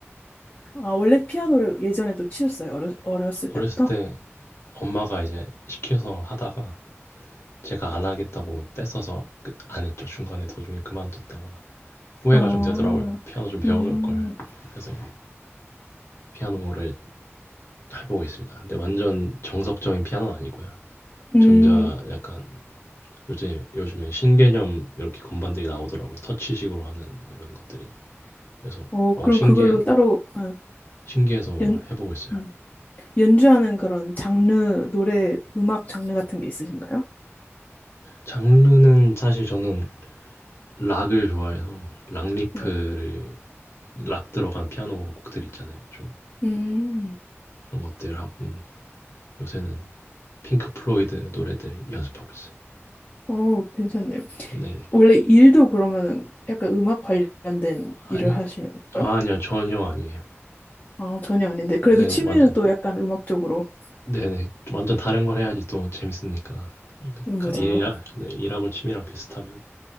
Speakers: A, on the left; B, on the left.
A: 아, 원래 피아노를 예전에도 치셨어요. 어렸, 어렸을
B: 어렸을
A: 때부터?
B: 때 엄마가 이제 시켜서 하다가 제가 안 하겠다고 떼써서 그 안 했죠. 중간에 도중에 그만뒀다가 후회가
A: 아
B: 좀 되더라고요. 피아노 좀 배워놓을
A: 음,
B: 걸. 그래서 피아노를 해보고 있습니다. 근데 완전 정석적인 피아노는 아니고요.
A: 음,
B: 전자 약간 요즘 요즘에 신개념 이렇게 건반들이 나오더라고요. 터치식으로 하는 뭐 이런 것들이. 그래서
A: 어,
B: 어
A: 그럼
B: 신기해
A: 그걸로 따로, 어,
B: 신기해서
A: 연,
B: 해보고 있어요.
A: 음, 연주하는 그런 장르, 노래, 음악 장르 같은 게 있으신가요?
B: 장르는 사실 저는 락을 좋아해서 락 리프를
A: 어,
B: 락 들어간 피아노 곡들 있잖아요. 좀
A: 음,
B: 그런 것들 하고 요새는 핑크 플로이드 노래들 연습하고 있어요.
A: 어, 괜찮네요.
B: 네,
A: 원래 일도 그러면은 약간 음악 관련된
B: 아니
A: 일을 하시는 건가요
B: 아, 아니요 전혀 아니에요.
A: 아, 전혀 아닌데. 그래도
B: 네,
A: 취미는
B: 네, 완전
A: 또 약간 음악적으로.
B: 네네 좀 완전 다른 걸 해야지 또 재밌으니까 그러니까
A: 음, 맞아요.
B: 일하 네, 일하고 취미랑 비슷하면